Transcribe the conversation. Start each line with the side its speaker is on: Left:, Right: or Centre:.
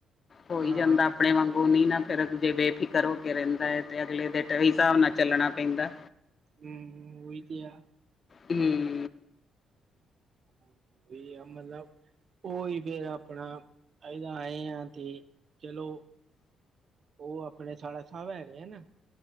Left: ਹੋਈ
Right: ਹਾਂ
Left: ਜਾਂਦਾ ਆਪਣੇ ਵਾਂਗੂੰ ਨੀ ਨਾ। ਫਿਰ ਜੇ ਬੇਫ਼ਿਕਰ ਹੋ ਕੇ ਰਹਿੰਦਾ ਐ ਤੇ ਅਗਲੇ ਦੇ ਹਿਸਾਬ ਨਾਲ ਚੱਲਣਾ ਪੈਂਦਾ।
Right: ਹੂੰ ਓਹੀ ਤੇ ਆ।
Left: ਹੂੰ।
Right: ਹਾਂਜੀ, ਉਹੀ ਆ ਮਤਲਬ ਉਹੀ ਫੇਰ ਆਪਣਾ ਏਦਾਂ ਆਏ ਆ ਤੇ ਚਲੋ ਓ ਆਪਣੇ ਸਾਲਾ ਸਾਹਿਬ ਹੈਗੇ ਆ ਨਾ।